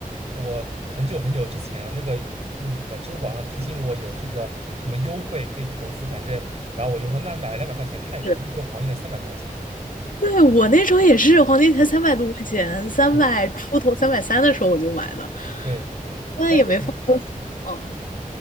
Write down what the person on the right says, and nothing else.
我很久很久之前那个那个什么支付宝上提醒我有这个什么优惠可以投资，反正然后我就说那买两百块钱看一看，
那时候黄金才三百多块钱，
嗯，
是的
对。
但是那时候嗯